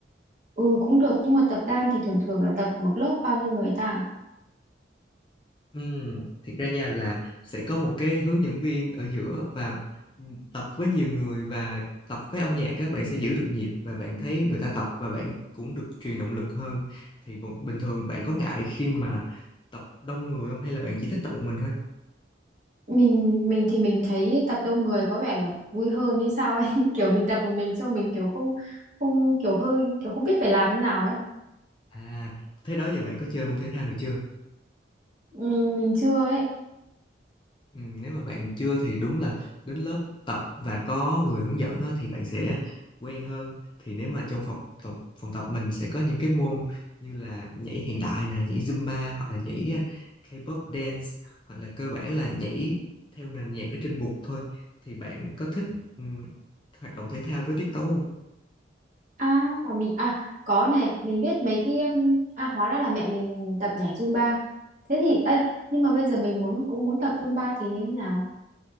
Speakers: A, on the right (about 45°); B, on the left (about 25°).
A: ừ cũng được nhưng mà tập đan thì thường thường là tập một lớp bao nhiêu người ta
B: Ừm, thiệt ra nha là sẽ có một cái hướng dẫn viên ở giữa và ừm, tập với nhiều người và tập với âm nhạc các bạn sẽ giữ được nhịp và bạn thấy người ta tập và bạn cũng được truyền động lực hơn thì bu- bình thường bạn có ngại khi mà tập đông người không hay là bạn chỉ thích tập một mình thôi
A: mình mình thì mình thấy tập đông người có vẻ là vui hơn hay sao ấy <laughs> kiểu mình tập một mình cho mình kiểu không không kiểu hơi kiểu không biết phải làm thế nào ấy
B: à thế đó giờ bạn có chơi môn thể thao nào chưa
A: Ừm, mình chưa ấy
B: Ừ, nếu mà bạn chưa thì đúng là đến lớp tập và có người hướng dẫn á, thì bạn sẽ quen hơn thì nếu mà trong phòng tập, phòng tập mình sẽ có những cái môn như là nhảy hiện đại nè nhảy Zumba hoặc là nhảy uh, K-pop dance hoặc là cơ bản là nhảy theo nền nhạc ở trên bục thôi thì bạn có thích ừm, hoạt động thể thao với tiết tấu không?
A: à mà mình à có này mình biết mấy cái um, à hóa ra là mẹ mình tập nhảy Zumba thế thì ê, nhưng mà bây giờ mình muốn cũng muốn tập Zumba thì như thế nào